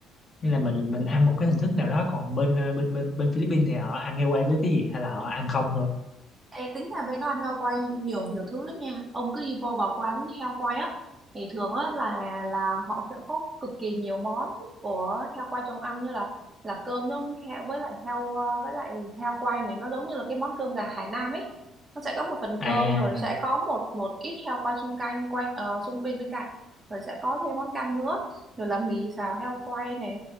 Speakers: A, on the left (about 35°); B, on the right (about 25°).
A: Nên là mình mình ăn một cái hình thức nào đó còn bên ờ, bên bên bên Philippines thì họ ăn heo quay với cái gì hay là họ ăn không thôi
B: Ê, tính ra bé Đoan heo quay nhiều nhiều thứ lắm nha ông cứ đi vô vào quán heo quay á thì thường á là là họ sẽ có cực kỳ nhiều món của heo quay trong ăn như là là cơm trong heo với lại heo ờ, với lại heo quay này nó giống như là cái món cơm gà Hải Nam ấy nó sẽ có một phần
A: à
B: cơm rồi sẽ có một một ít heo quay xung quanh quanh ờ, xung bên bên cạnh rồi sẽ có thêm món canh nữa rồi là mì xào heo quay này